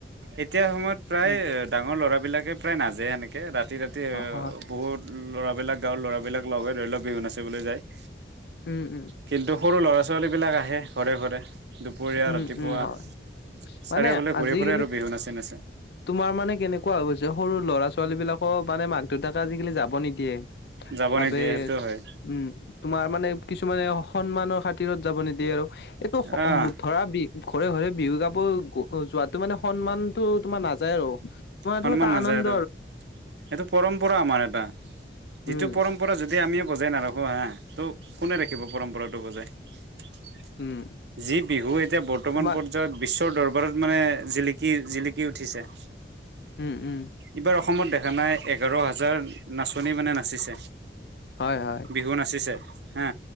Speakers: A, on the right; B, on the left.
A: এতিয়াৰ সময়ত প্ৰায়
B: উম
A: ডাঙৰ লৰা বিলাকে প্ৰায় নাযায়ে এনেকে ৰাতি- ৰাতি
B: অ হয়।
A: বহুত ল'ৰাবিলাক গাঁৱৰ ল'ৰাবিলাক লগ হৈ ধৰি লওক বিহু নাচিবলৈ যায়।
B: উম- উম
A: কিন্তু সৰু ল'ৰা -ছোৱালীবিলাক আহে ঘৰে ঘৰে। দুপৰীয়া
B: উম
A: ৰাতিপুৱা
B: উম হয়।
A: চাৰিওফালে
B: মানে আজিকালি
A: ঘূৰি ফুৰে আৰু বিহু নাচি -নাচি।
B: তোমাৰ মানে কেনেকুৱা হৈ গৈছে সৰু ল'ৰা- ছোৱালী বিলাকো মানে মান দুটাকে আজিকালি যাব নিদিয়ে
A: যাব
B: ভাবে
A: নিদিয়ে সেইটো হয়।
B: উম, তোমাৰ মানে কিছুমানে সন্মানৰ খাতিৰত যাব নিদিয়ে আৰু এইটো <unintelligible>
A: আহ
B: ধৰা বিহ ঘৰে -ঘৰে বিহু গাব যোৱাতো মানে সন্মানটো তোমাৰ নাযায় আৰু তোমাৰ এইটো
A: সন্মান
B: এটা
A: নাযায়
B: আনন্দ
A: আৰু এইটো পৰম্পৰা আমাৰ এটা
B: উম,
A: যিটো পৰম্প পৰা যদি আমিয়ে বজাই নাৰাখোঁ হা ত' কোনে ৰাখিব পৰম্পৰাটো বজাই? <unintelligible>
B: উম,
A: যি বিহু এতিয়া বৰ্তমান
B: তোমাৰ
A: পৰ্য বিশ্বৰ দৰবাৰত মানে জিলিকি -জিলিকি উঠিছে
B: উম -উম
A: ইবাৰ অসমত দেখা নাই এঘাৰ হাজাৰ নাচনী মানে নাচিছে।
B: হয়, হয়।
A: বিহু নাচিছে হা